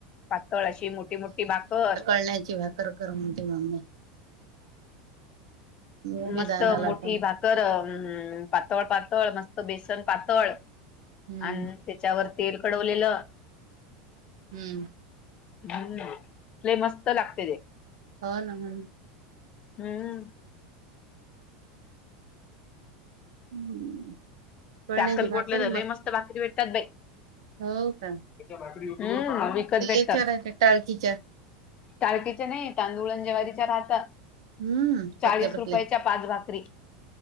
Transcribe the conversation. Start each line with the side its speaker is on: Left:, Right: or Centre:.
Left: पातळ अशी मोठी, मोठी भाकर
Right: फुलांची बाग कर, कर म्हणते मम्मी उभी
Left: मस्त
Right: दानाला
Left: मोठी
Right: पण
Left: भाक कर पातळ, पातळ मस्त बेसन पातळ
Right: हम्म.
Left: आणि त्याच्यावर तेल कडवलेलं
Right: हम्म.
Left: हम्म ते मस्त लागते ते
Right: हो ना म्हण
Left: हम्म
Right: हम्म कळण्याची
Left: त्या अक्कलकोटलं‌
Right: भाकर
Left: झालं
Right: आहे
Left: मस्त भाकरी भेटतात बाई
Right: हो का
Left: हम्म विकत
Right: ते
Left: भेटतात
Right: याच्या राहते टाळकीच्या
Left: काळकीच्या नाही तांदुळं जवारीच्या राहत
Right: हम्म
Left: चाळीस
Right: पतल्या पतल्या
Left: रुपयाच्या पाच भाकरी